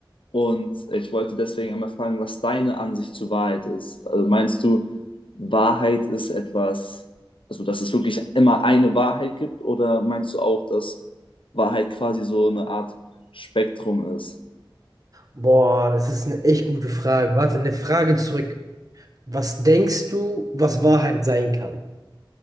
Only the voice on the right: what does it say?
boah, das ist eine echt gute Frage. Warte, eine Frage zurück. Was denkst du, was Wahrheit sein kann?